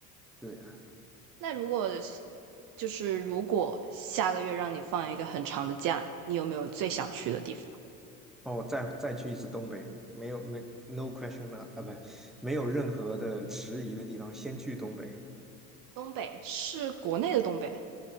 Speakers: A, in the centre; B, on the right (about 50°).
A: 对啊
B: 那如果就是如果下个月让你放一个很长的假，你有没有最想去的地方？
A: 哦，我再再去一次东北，没有没 no question 啊啊不，没有任何的迟疑的地方，先去东北，
B: 东北是国内的东北